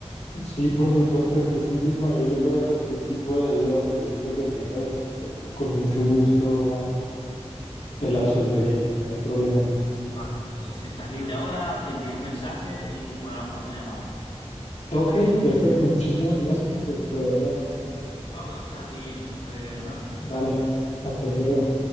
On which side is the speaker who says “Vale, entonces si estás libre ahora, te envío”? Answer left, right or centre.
Left